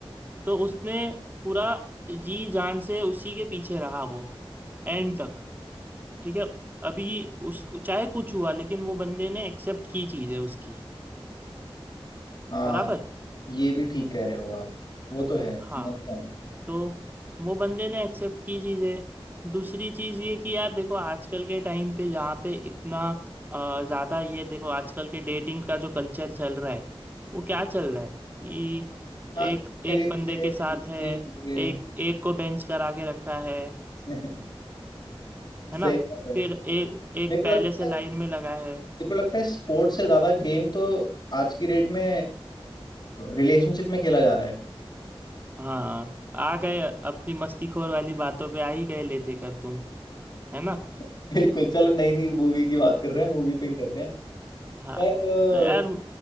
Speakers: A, on the right; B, on the left.
A: तो उसने पूरा जी जान से उसी के पीछे रहा वो एंड तक ठीक है अभी उसको चाहे कुछ हुआ लेकिन वो बंदे ने एक्सेप्ट की चीज़ें उसकी
B: हाँ
A: बराबर
B: ये भी ठीक कह रहे हो आप वो तो है
A: हाँ
B: मानता हूँ
A: तो वो बंदे ने एक्सेप्ट की चीज़ें दूसरी चीज़ ये कि यार देखो आजकल के टाइम पे जहाँ पे इतना अ, ज़्यादा ये देखो आजकल के डेटिंग का जो कल्चर चल रहा है वो क्या चल रहा है कि
B: हाँ
A: एक
B: एक
A: एक
B: जगह
A: बंदे
B: से
A: के साथ है
B: एक जगह
A: एक एक को बेंच करा के रखा है
B: <laughs> सही
A: है ना
B: बात है
A: फिर एक एक
B: मेरे
A: पहले
B: को लगता
A: से
B: है
A: लाइन में लगा है
B: मेरे को लगता है स्पोर्ट्स से ज्यादा गेम तो आज की डेट में रिलेशनशिप में खेला जा रहा है
A: हाँ आ गए अपनी मस्तीखोर वाली बातों पे आ ही गए ले देकर तुम है ना
B: <laughs> बिल्कुल चलो नई नई मूवी की बात कर रहे हैं मूवी पे ही रहते हैं
A: हाँ
B: पर
A: तो यार
B: अ,